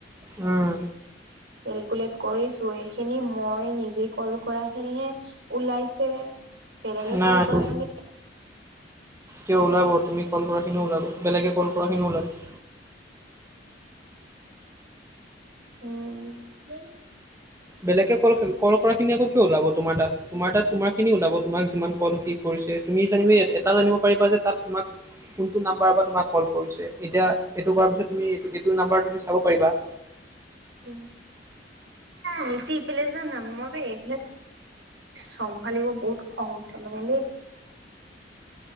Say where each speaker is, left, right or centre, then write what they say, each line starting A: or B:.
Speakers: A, on the right; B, on the right.
A: উম।
B: কেলকুলেট কৰিছোঁ, এইখিনি মই নিজে কল কৰাখিনিহে ওলাইছে। বেলেগে
A: না
B: কল
A: তো
B: কৰাখিনি
A: কিয় ওলাব, তুমি কল কৰা খিনিও ওলাব, বেলেগে কল কৰাখিনিও ওলাই।
B: উম
A: বেলেগে কল-কল কৰা খিনি আকৌ কিয় ওলাব তোমাৰ তাত, তোমাৰ তাত তোমাৰ খিনি ওলাব, তোমাক যিমান কল কি কৰিছে, তুমি যেনিবা এটা জানিব পাৰিবা যে তাত তোমাক কোনটো নাম্বাৰ পৰা তোমাক কল কৰিছে, এতিয়া এইটো কৰাৰ পিছত তুমি এইটো নাম্বাৰ তুমি চাব পাৰিবা। <inaudible>
B: উম নিছি ইফালে যা না মই যে এইবিলাক। চম্ভালিব বহুত খং উঠে মানে।